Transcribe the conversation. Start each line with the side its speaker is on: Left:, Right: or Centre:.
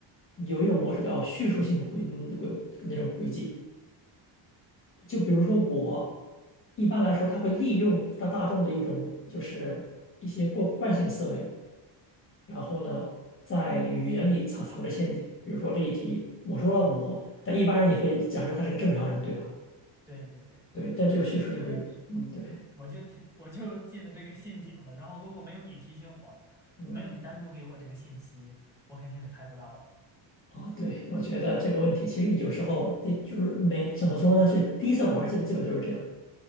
Left: 有一种模式叫叙述性轨轨那种轨迹，就比如说我一般来说，他会利用大大众的一种就是一些过惯性思维，然后呢，在语言里藏藏着陷阱，比如说这一题我说了我，但一般人也会假设他是个正常人，对吧？
Centre: 对对对，
Left: 对，但这就是叙述性轨迹，
Centre: 是的，是的，
Left: 嗯，对，
Centre: 我就我就进了这个陷阱了。然后如果没有你提醒我，
Left: 嗯。
Centre: 你没有你单独给我这个信息，我肯定是猜不到的。
Left: 哦，对，我觉得这个问题其实有时候对，就是没怎么说呢，就第一次玩儿基本基本都是这样。